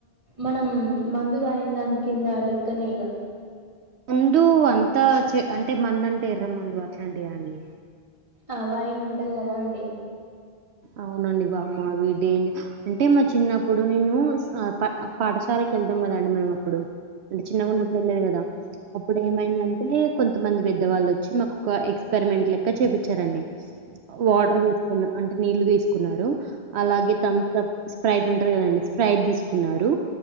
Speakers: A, on the right; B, on the right.
A: మనం మందు తాగిందని కింద లెక్కనే ఇగ
B: ముందు అంతా చే అంటే మంద అంటే ఎర్రమందు అట్లాంటివి కాని
A: అ వైన్ ఉంటది కదా అండి
B: అవునండి బామ్మ అవి డేంజ అంటే మా చిన్నప్పుడు నేను పాఠశాల కిళ్తాం కదా అండి మనం అప్పుడు అంటే చిన్నగాన్నప్పుడు వెళ్ళదు కదా అప్పుడు ఏమైందంటే కొంతమంది పెద్దవాళ్ళు వచ్చి మాకు ఒక ఎక్స్పెరిమెంట్ లెక్క చేపించారండి వాటర్ తీసుకున్న అంటే నీళ్లు తీసుకున్నారు అలాగే థమ్స్ అప్ స్ప్రైట్ ఉంటది కదండి స్ప్రైట్ తీసుకున్నారు